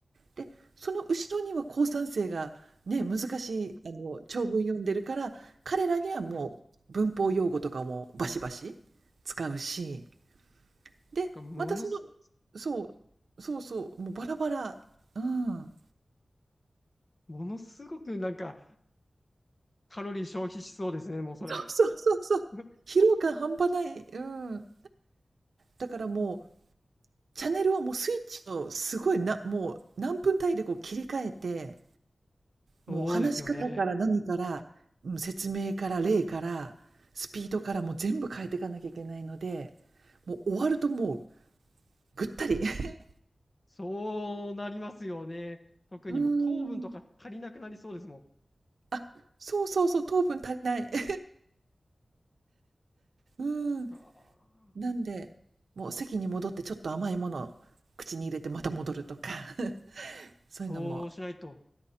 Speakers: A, on the right (about 85°); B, on the left (about 30°).
A: で、その後ろには高三生がね、難しい、あの、長文読んでるから、彼らにはもう文法用語とかもバシバシ使うし、で、
B: なんか、ものす、
A: またその、そう、そうそう、もうバラバラ。うん。
B: ものすごくなんか、カロリー消費しそうですね、もうそれ。
A: そうそうそうそう。
B: <laughs>
A: 疲労感半端ない。うん。だからもう、チャンネルをもうスイッチをすごいな、もう何分単位でこう切り替えて、
B: そうですよね。
A: もう話し方から何から、うん説明から例から、スピードからもう全部変えていかなきゃいけないので、もう終わるともうぐったり。<laughs>
B: そうなりますよね。特にもう糖分とか足りなくなりそうですも
A: うーん。<laughs> あ、そうそうそう、糖分足りない。<laughs> うーん。
B: ん。あ
A: なんで、もう席に戻ってちょっと甘いものを口に入れてまた戻るとか、<laughs> そういうのも、
B: ーそうしないと、